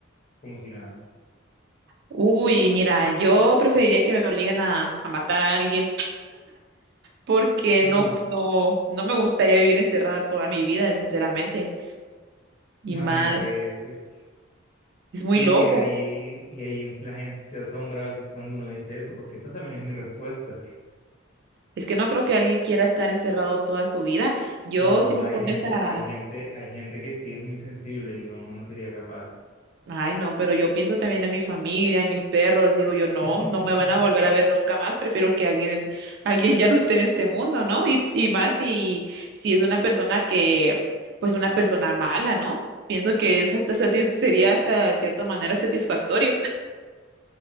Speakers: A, on the left (about 40°); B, on the right (about 55°).
A: como si nada.
B: Uy, mira, yo preferiría que me obliguen a, a matar a alguien porque
A: Y
B: no,
A: s-
B: no, no me gustaría vivir encerrada toda mi vida, sinceramente. Y
A: imagínate,
B: más,
A: es, es-
B: es muy
A: y
B: loco.
A: ahí, y ahí la gente se asombra a veces cuando uno dice eso, porque esa también es mi respuesta.
B: Es que no creo que alguien quiera estar encerrado toda su vida. Yo,
A: No,
B: si me
A: hay
B: pones
A: gente,
B: a,
A: hay gente, hay gente que sí es muy sensible y no, no sería capaz.
B: Ay, no, pero yo pienso también en mi familia, en mis perros, digo yo, no,
A: <laughs>
B: no me van a volver a ver nunca más, prefiero que alguien, alguien ya no esté en este mundo, ¿no? Y, y más si, si es una persona que, pues una persona mala, ¿no? Pienso que es hasta satis- sería hasta de cierta manera satisfactorio. <laughs>